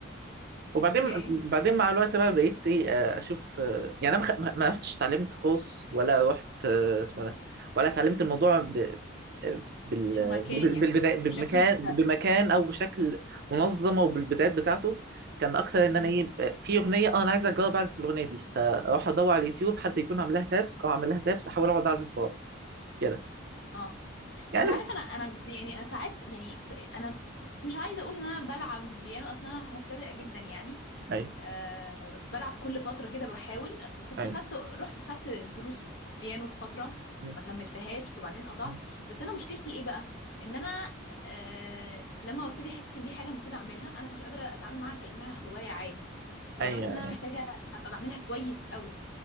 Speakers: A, on the right; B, on the left.
A: وبعدين
B: اوكي
A: بعدين مع الوقت بقى بقيت ايه آه، اشوف آه، يعني انا ما خ- ما ما رحتش اتعلمت كورس ولا رحت آه، اسمه ده ولا اتعلمت الموضوع ب... آه، بال...
B: في مكان يعني
A: بالبداية
B: بشكل
A: بمكان
B: محترف
A: بمكان او بشكل منظم او بالبدايات بتاعته كان اكتر ان
B: امم
A: انا ايه آه، في اغنيه اه انا عايز اجرب اعزف الاغنيه دي فاروح ادور على اليوتيوب حد يكون عامل لها تابس او عامل لها تابس احاول اقعد اعزف وراه كده
B: اه
A: يعني
B: انت عارف انا انا يعني انا ساعات يعني ف- انا مش عايزة اقول ان انا بلعب بيانو اصلا انا مبتدئة جدا يعني
A: ايوه
B: أه بلعب كل فترة كده بحاول كنت
A: ايوه
B: خدت رحت خدت دروس بيانو في فترة
A: م-
B: ما كملتهاش وبعدين قطعت
A: م-
B: بس أنا مشكلتي إيه بقى؟ إن أنا أه لما ببتدي أحس إن دي حاجة المفروض أعملها أنا مش قادرة أتعامل معاها كأنها هواية عادي فبحس
A: ايوه
B: إن أنا محتاجة أبقى بعملها كويس قوي